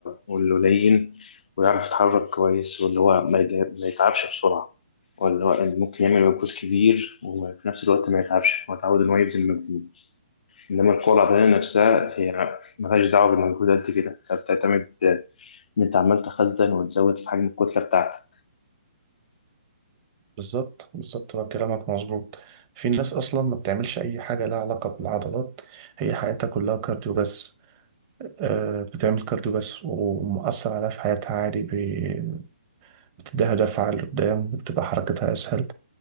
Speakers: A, on the left; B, on the right.
A: ولين ويعرف يتحرك كويس واللي هو ما يجا- ما يتعبش بسرعة واللي هو ممكن يعمل مجهود كبير وفي نفس الوقت ما يتعبش هو اتعود إن هو يبذل مجهود إنما القوة البدنية نفسها هي ملهاش دعوة بالمجهود قد كده أنت بتعتمد إن أنت عمال تخزن وتزود في حجم الكتلة بتاعتك
B: بالظبط بالظبط هو كلامك مظبوط في ناس اصلا ما بتعملش اي حاجه لها علاقه بالعضلات هي حياتها كلها كارديو بس آه بتعمل كارديو بس ومؤثر عليها في حياتها عادي ب- بتديها دفعه لقدام بتبقى حركتها اسهل